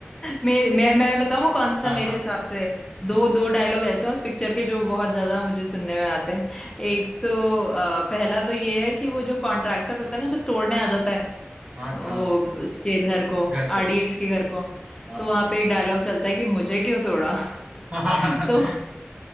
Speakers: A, on the left; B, on the right.
A: मेरे मैं मैं बताऊं कौन सा
B: हाँ
A: मेरे
B: हाँ
A: हिसाब से दो
B: हाँ
A: दो डायलॉग ऐसे हैं उस पिक्चर के जो बहुत ज्यादा मुझे सुनने में आते हैं एक तो अ, पहला तो ये है कि वो जो कॉन्ट्रैक्टर होता है ना जो तोड़ने आ जाता है
B: हाँ
A: वो
B: हाँ हाँ,
A: उसके घर को
B: घर
A: आरडीएक्स
B: को
A: के घर को
B: हाँ
A: तो वहां पे एक डायलॉग चलता है कि मुझे क्यों तोड़ा
B: <laughs>
A: <laughs> तो